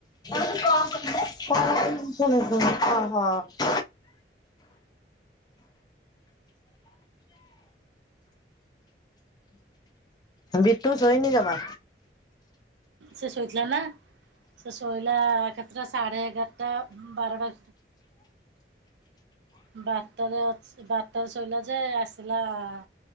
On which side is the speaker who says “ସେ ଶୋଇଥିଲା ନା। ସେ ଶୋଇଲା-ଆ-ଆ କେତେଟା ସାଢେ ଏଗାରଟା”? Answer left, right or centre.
Right